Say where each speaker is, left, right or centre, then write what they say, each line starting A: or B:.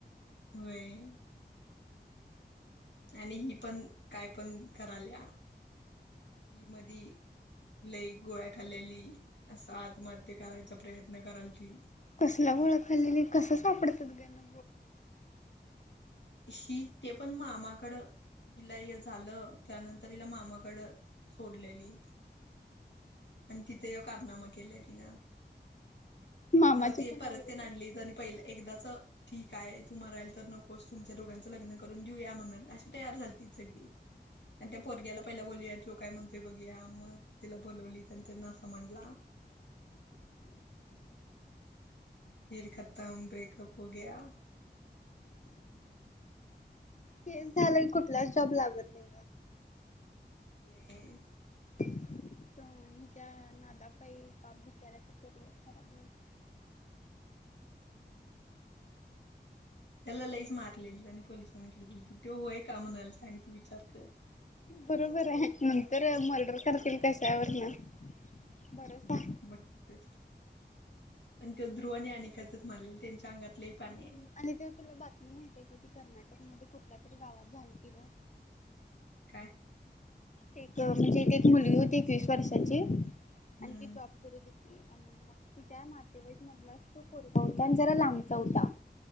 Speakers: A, on the left (about 75°); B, on the left (about 40°).
A: होय.... आणि हि पण काय पण कराल्या हि मधी लई गोळ्या खाल्लेली असं आत्महत्या करायचा प्रयत्न कराल ती
B: कसला गोळखाल्लेली कसं सापडतात गना
A: ही ते पण मामाकडं हिला झालं त्यानंतर हिला मामाकड सोडलेली आणि तिथे कारनामा केलं तिनं
B: मामाची
A: मग ते
B: पण
A: परत
B: आवडतात
A: ते ना आणली आणि पहिलं एकदाच ठीक आहे तू म्हरायल तर नको बस... तुमच्या दोघांच लग्न करून देऊया म्हणत, अशी तयार झालती सगळी आणि त्या पोरग्यायला पहिला बोलूया काय मग ते बघूया, मग तिला बोलवली आणि त्यांना असा म्हणला खेर खतम ब्रेकअप हो ग्या
B: केस झाला की कुठलाच जॉब लागत नाही
A: होय.
B: तुमच्या नादापायी. <unintelligible>
A: होय. त्याला लईच मारलेली आणि पोलिसांनी किती दिलती तो व्हय का म्हणायला सांगी तू विचार कर.
B: बरोबर आहे नंतर मर्डर करतील कश्यावरन बरं सा
A: बग की त आणि ते ध्रुवाने आणि कातत मारलेले त्यांच्या अंगात लई पाणी आहे.
B: आणि ते तुला बातमी माहितीे की ती कर्नाटक मध्ये कुठल्या तरी गावात झालीती ब.
A: काय?
B: एक म्हणजे एक मुलगी होती तीस वर्षाची आणि
A: हम्म
B: ती जॉब करत होती आणि मग तिच्या नातेवाईक मधलाच तो पोरग होता आणि जरा लांबचा होता.